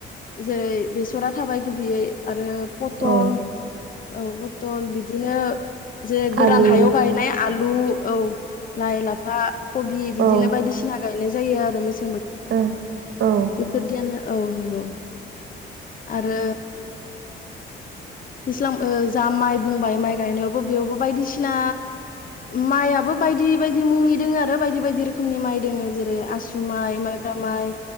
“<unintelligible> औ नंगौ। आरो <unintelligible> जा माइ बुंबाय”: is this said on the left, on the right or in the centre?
Left